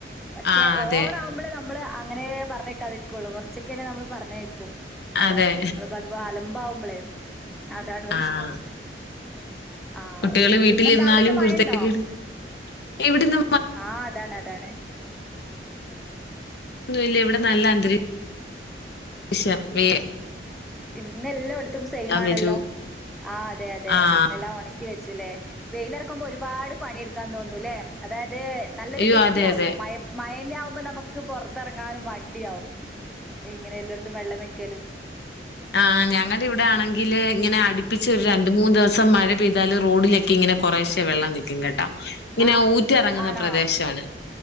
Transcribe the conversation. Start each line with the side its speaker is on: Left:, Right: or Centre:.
Centre: പക്ഷെ
Left: ആഹ് അതെ
Centre: ഓവറ ആവുമ്പോഴേ ന നമ്മള് അങ്ങനെ പറഞ്ഞേക്കാതിരി ക്ക കുറച്ചൊക്കെയ ആണ് നമ്മ പറഞ്ഞേക്കും അതാണ്
Left: അതെ
Centre: നിങ്ങള് പറലമ്പോ അലമ്പാവു ളെ അതാണ് പ്രശ്നം
Left: ആഹ്
Centre: ആഹ
Left: കുട്ടികള് വീട്ടിലിരുന്നാലും
Centre: പിന്നെന്താ അവിടെന്ന് മഴുണ്ടോ
Left: കുരുത്തക്കേട് ഇവിടിന്ന്
Centre: ആഹ അതാണ് താണ്
Left: ന്നുംല്ല ഇവിടെ നല്ല അന്തരീ വിഷയം വയ്യ
Centre: ഇന്ന എല്ല എടത്തും സെയിംമാണല്ലോ
Left: വെച്ചു
Centre: ആ അതെ അതെ
Left: ആഹ്
Centre: നല്ലാം ഒണ വെച്ചുല്ലേ വെയിൽ ഇറക്കുമ്പോ ഒരുപാട് പണിയെ ടുക്കാൻ തോന്നൂല്ലേ അതായത് അത് നല്ലൊരു
Left: അയ്യോ
Centre: വൃത്തിയാവും
Left: അതെ അതെ
Centre: മഴയത്ത് പിന്നെ ആകുമ്പോ നമുക്ക് പൊറത്തയിറങ്ങാനും മടിയാവും ഇങ്ങനെ എല്ലായിടത്തും വെള്ളം നിക്കുമ്പോ കേലോ
Left: ആ് ഞങ്ങടെ ഇവിടെ ആണെങ്കിൽ ആണെങ്കിൽ ഇങ്ങനെ അടിപ്പിച്ച ഒരു രണ്ട് മൂന്ന് ദിവസം മഴ പെയ്താല് റോഡിലൊക്കെ ഇങ്ങനെ കുറേശ്ശെ വെള്ളം നിൽക്കും കേട്ടോ ഇങ്ങനെ
Centre: ആഹ്
Left: ഊറ്റിറങ്ങുന്ന
Centre: ആണോ
Left: പ്രദേശമാണ്